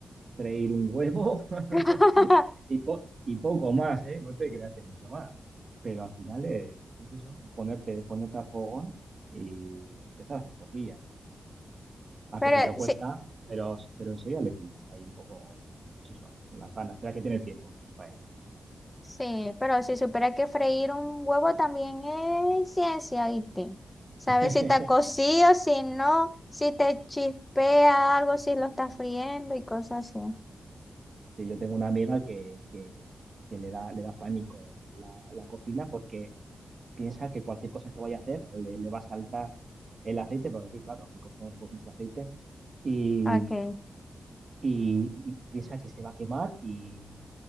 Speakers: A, on the right; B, on the left.
A: freír un huevo <laughs>
B: <laughs>
A: y, po- y poco más, ¿eh? No te creas que mucho más. Pero al final eh, es, eso, es ponerte, ponerte al fogón y empezar a hacer cosillas. Al
B: Pero
A: principio cuesta,
B: sí,
A: pero, pero enseguida le pillas ahí un poco, pues eso, las ganas. Espera que tiene tiempo para ello.
B: Sí, pero si supiera que freír un huevo también es ciencia, ¿viste? Sabes
A: <laughs>
B: si está cocido, si no, si te chispea algo, si lo está friendo y cosas así.
A: Sí, yo tengo una amiga que, que- que le da, le da pánico la, la cocina porque piensa que cualquier cosa que vaya a hacer le, le va a saltar el aceite, porque aquí, claro, aquí cocinamos con mucho aceite, y,
B: Ok.
A: y- y piensa que se va a quemar y